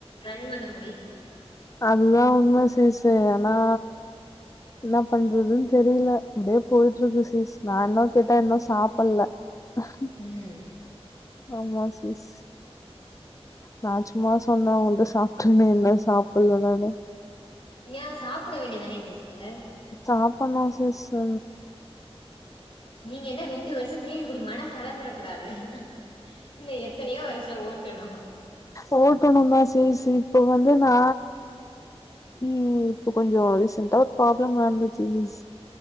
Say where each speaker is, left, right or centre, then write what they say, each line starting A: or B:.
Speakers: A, on the left; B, on the left.
A: ரன் பண்ண முடியு
B: அதுதா உண்ம சிஸ்ஸு ஏனா என்ன பண்றதுன் தெரில அப்டியே போய்ட்ருக்கு சிஸ் நா இன்னு கேட்டா இன்னு சாப்புல்ல அஹ்
A: ம்
B: ஆமா சிஸ் நா சும்மா சொன்னெ உங்கள்ட்ட சாப்டேனு இன்னு சாப்புல நானு
A: ஏ சாப்பிட வேண்டியதானே சிஸ்டர்
B: சாப்புனு சிஸ்ஸு
A: நீங்க என்ன ரெண்டு வர்ஷத்துலே இப்டி மன தளர்ந்துற கூடாது இன்னு எத்தனயோ வர்ஷோ ஓட்டனு
B: ஓட்டனு தா சிஸ் இப்ப வந்து நா இ இப்போ கொஞ்சோ ரீசெண்ட்டா ஒரு ப்ராப்ளம் நடந்துச்சு சிஸ்